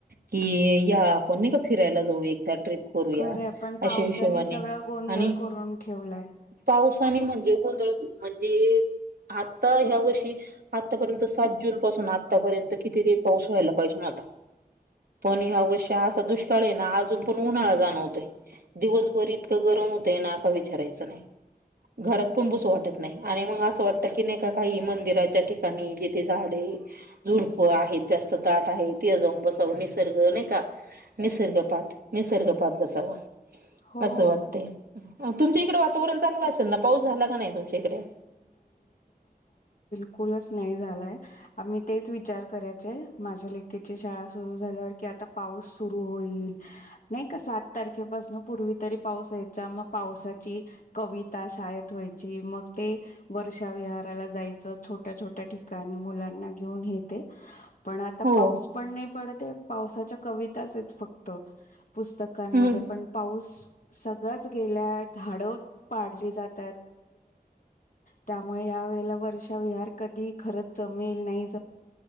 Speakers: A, on the right; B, on the left.
A: कि या आपण नाही का फिरायला जाऊ एकदा ट्रिप करूया
B: खरंय पण पावसाने
A: अशा हिशोबाने
B: सगळा गोंधळ
A: आणि
B: करून ठेवलाय
A: पाऊस पाणी म्हणजे गोंधळ म्हणजे आता ह्या वर्षी. आतापर्यंत सात जून पासून आत्तापर्यंत कितीतरी पाऊस व्हायला पाहिजे होता. पणी अवश्य. चा दुष्काळ आहे ना अजून पण उन्हाळा जाणवतोय दिवसभर इतकं गरम होतंय ना का विचारायच. घरात पण बस वाटत नाही आणि मग असं वाटत की नाही काही मंदिराच्या ठिकाणी. ठिकणी जिथे झाडे झुडप आहेत जास्त दाट आहे त जाऊन बसावं निसर्ग नाही का निसर्गपात निसर्गपात बसाव.
B: हो
A: असं वाटते तुमच्या इकड वातावरण चांगलं अस. त्यांना पाऊस झाला का नाही तुमच्याकडे.
B: ुच नाही झालाय आ तेच विचार करायचे माझ्या लेकीची शाळा सुरु झाल्यावर पाऊस सुर होईल नाही का सात तारखेपास पूर्वी तरी पाऊस यायचा मग. पावसाची कविता शाळेत. य मग ते वर्षा विहाराला जायचं छोट्या छोट्या ठिकाणी मुलांना घेऊन हे ते. पण आता
A: हो.
B: पाऊस पण नाही पडत आहे पावसाच्या कविताच आहेत फक्त. पुस्तकांमध्ये
A: हम्म
B: पण पाऊस सगळंच गेल्या झाडं पाडली जात. त्यामुळे वर्ष विह कधी खर जमेल नाही